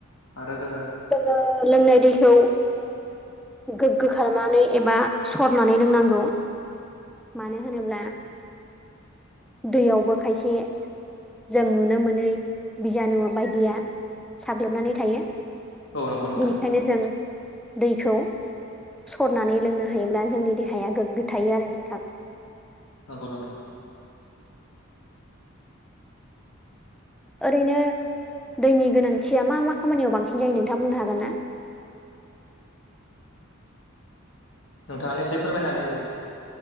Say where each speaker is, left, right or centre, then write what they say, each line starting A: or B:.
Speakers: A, on the left; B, in the centre.
A: आरो जोङो
B: जोङो लोंनाय दैखौ गोग्गो खालामनानै एबा सरनानै लोंनांगौ। मानो होनोब्ला दैयावबो खायसे जों नुनो मोनै बिजानु बायदिया साग्लोबनानै थायो।
A: औ नंगौ नोंथां
B: बेनिखायनो जों दैखौ सरनानै लोंनो हायोब्ला जोंनि देहाया गोग्गो थायो आरो नोंथां।
A: नंगौ नोंथां
B: ओरैनो दैनि गोनांथिया मा मा खामानियाव बांसिन जायो नोंथाङा बुंनो हागोन ना? <inaudible>
A: नोंथाङानो एसे फोरमायनानै होदो।